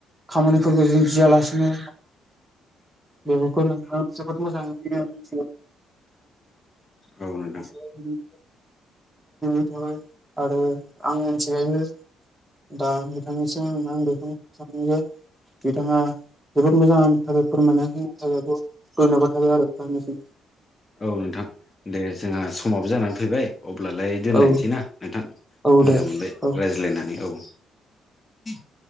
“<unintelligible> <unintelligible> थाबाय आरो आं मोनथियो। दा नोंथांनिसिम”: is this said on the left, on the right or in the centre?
Centre